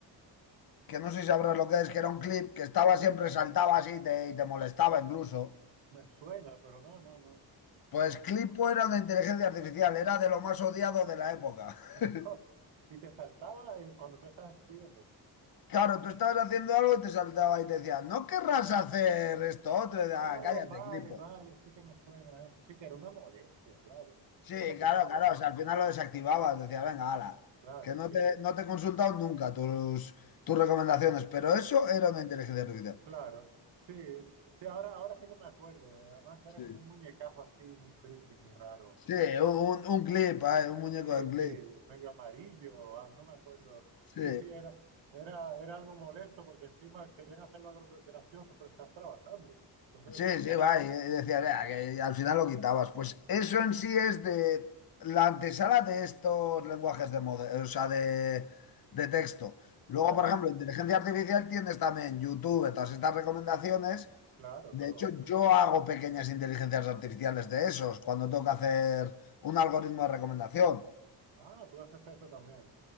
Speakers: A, on the left; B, on the right.
A: que no sé si sabrás lo que es, que era un clip que estaba siempre, saltaba así y te, y te molestaba incluso,
B: me suena, pero no, no, no,
A: pues
B: no.
A: clipo era una inteligencia artificial, era de lo más odiado de la época.
B: <laughs>
A: <laughs>
B: Y te saltaba eh, cuando tú estabas escribiendo.
A: Claro, tú estabas haciendo algo y te saltaba y te decía, ¿no querrás hacer esto otro? Y decía,
B: Oh,
A: "Ah, cállate,
B: vale,
A: clipo.
B: vale, sí que me suena eso. Sí que era una molestia, claro.
A: Sí,
B: Eso lo quitaron,
A: claro, claro.
B: ¿no?
A: O sea, al final lo desactivabas. Decía, venga, ala,
B: Claro,
A: que no
B: sí,
A: te, no te he consultado nunca tus, tus recomendaciones. Pero eso era una inteligencia artificial.
B: claro. Sí, sí, ahora, ahora sí que me acuerdo. eh, Además era
A: Sí,
B: como un muñecajo así, muy friki, muy raro.
A: Sí, sí. un, un clip, ay, un muñeco
B: Clip,
A: de clip.
B: sí, medio amarillo, ah, no me acuerdo.
A: Sí,
B: Sí, sí, era, era, era algo molesto porque encima querían hacerlo algo gracioso, pero estás trabajando. Entonces,
A: sí, sí, va. Y decía, "Vea, que al final lo quitabas. Pues eso en sí es de la antesala de estos lenguajes de mode- o sea, de, de texto. Luego,
B: claro,
A: por ejemplo, inteligencia artificial tienes también YouTube, todas estas recomendaciones
B: claro,
A: De
B: todo
A: hecho,
B: eso.
A: yo hago pequeñas inteligencias artificiales de esos cuando tengo que hacer un algoritmo de recomendación.
B: Ah, tú haces eso también.